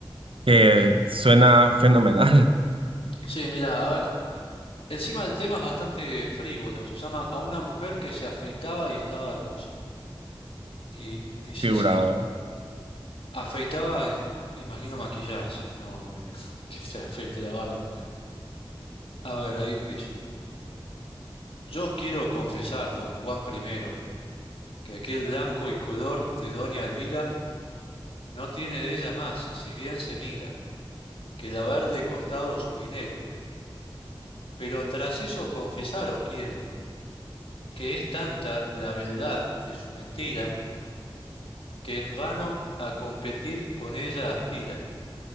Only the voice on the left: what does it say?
Sí, mira, a ver, encima del tema es bastante frívolo, se llama A una mujer que se afeitaba y estaba hermosa. Y dice
así, afeitaba, es- imagino maquillarse, ¿no? Eh, <laughs> Que se afeite la barba. A ver, ahí empiezo. Yo os quiero confesar, don Juan primero, que aquel blanco y color de doña Elvira no tiene de ella más, si bien se mira. que el de costado su dinero. Pero tras eso confesaros quiero que es tanta la beldad de su mentira, que en vano a competir con ella aspira,